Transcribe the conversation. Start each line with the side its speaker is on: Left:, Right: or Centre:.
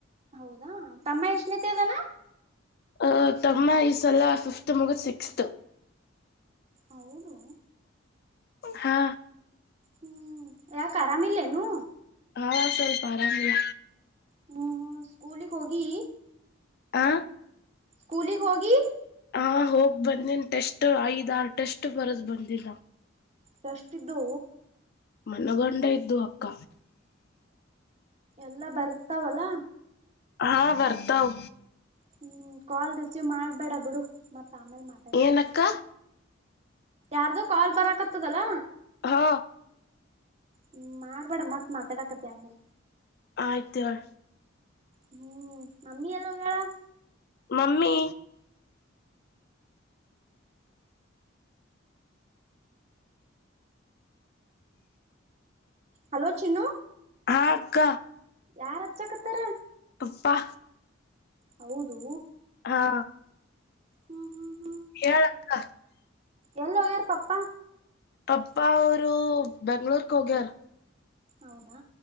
Right: ಹೌದಾ ತಮ್ಮ ಎಷ್ಟನತಿ ಅದಾನ
Left: ಅ ತಮ್ಮ ಈಸಲ ಫಿಫ್ತ್ ಮುಗದ ಸಿಕ್ಸ್ತ್
Right: ಹೌದು
Left: ಹಾ
Right: ಹ್ಮ್ ಯಾಕ ಆರಾಮ ಇಲ್ಲೇನು
Left: ಹಾ ಸಲ್ಪ ಆರಾಮಿಲ್ಲ
Right: ಹ್ಮ್ ಹ್ಮ ಸ್ಕೂಲಿಗ ಹೋಗಿ
Left: ಆ
Right: ಸ್ಕೂಲಿಗ್ ಹೋಗಿ
Left: ಹಾ ಹೋಗ್ ಬಂದಿನ್ ಟೆಸ್ಟ್ ಐದ್ ಆರು ಟೆಸ್ಟ್ ಬರದ್ ಬಂದಿಲ್ಲ
Right: ಟೆಷ್ಟಿದ್ದು
Left: ಮನಗೊಂಡ ಇದ್ದು ಅಕ್ಕ
Right: ಎಲ್ಲಾ ಬರ್ತಾವಲ್ಲ
Left: ಹಾ ಬರ್ತಾವ
Right: ಹ್ಮ್ ಕಾಲ್ ರಿಸಿವ್ ಮಾಡ್ಬೇಡ ಬಿಡು ಮತ್ತ ಆಮ್ಯಾಲ ಮಾತ್ಯಾಡಕತ್ತಿ
Left: ಏನಕ್ಕ
Right: ಯಾರ್ದು ಕಾಲ್ ಬರಕತ್ತದಲ್ಲ
Left: ಹಾ
Right: ಹ್ಮ ಮಾಡ್ಬೇಡ ಮತ್ ಮಾತಾಡಕತಿ ಆಮೇಲೆ
Left: ಆಯ್ತುಾರ
Right: ಹ್ಮ್ ಮಮ್ಮಿ ಎಲ್ಲ ಹೋಗ್ಯಾಳ
Left: ಮಮ್ಮಿ
Right: ಹಲೋ ಚಿನ್ನು
Left: ಹ್ಮ್ ಅಕ್ಕ
Right: ಯಾರ ಹಚ್ಚಕತ್ತಾರ
Left: ಅಪ್ಪ
Right: ಹೌದು
Left: ಹಾ..
Right: ಹ್ಮ್ ಹ್ಮ್
Left: ಹೇಳಕ್ಕ
Right: ಎಲ್ಲೋಗಾರ ಪಪ್ಪ
Left: ಅಪ್ಪ ಅವರು ಬೆಂಗ್ಳೂರ್ಕ್ ಹೋಗ್ಯಾರ
Right: ಹೌದಾ